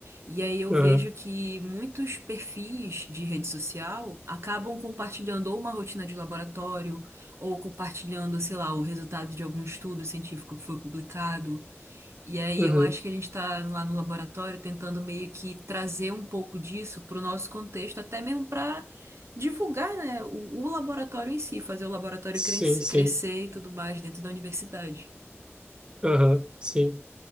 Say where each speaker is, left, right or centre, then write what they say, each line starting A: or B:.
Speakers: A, on the right (about 70°); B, on the right (about 20°).
A: E aí eu
B: Aham,
A: vejo que muitos perfis de rede social acabam compartilhando ou uma rotina de laboratório, ou compartilhando, sei lá, o resultado de algum estudo científico que foi publicado. E aí
B: uhum,
A: eu acho que a gente está lá no laboratório tentando meio que trazer um pouco disso para o nosso contexto, até mesmo para divulgar, né, o, o laboratório em si, fazer o laboratório
B: Sim,
A: crescer,
B: sim,
A: crescer e tudo mais dentro da universidade.
B: aham, sim.